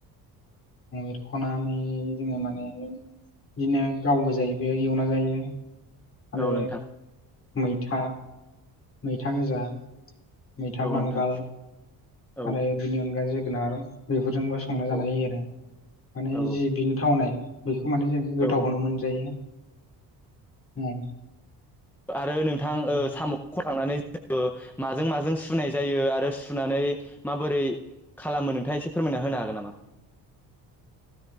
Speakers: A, on the left; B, in the centre.
A: एरख'नानै जोङो माने बिदिनो गाव गोजायैबो एवना जायो ।
B: औ
A: आरो
B: औ नोंथां
A: मैथा मैथा गोजा, मैथा
B: औ
A: बांगाल
B: नोंथां औ
A: आरो बिनि अनगायै जोगोनार बेफोरजोंबो संना जानाय
B: औ
A: जायो आरो। माने
B: औ
A: जि बिनि थावनाय बेखौ माने जों गोथावखौनो
B: औ
A: मोनजायो औ।
B: आरो नोंथां
A: औ
B: साम'खौ खनखांनानै बेखौ माजों माजों सुनाय जायो आरो सुनानै माबोरै खालामो नोंथाङा एसे फोर होनो हागोन नामा?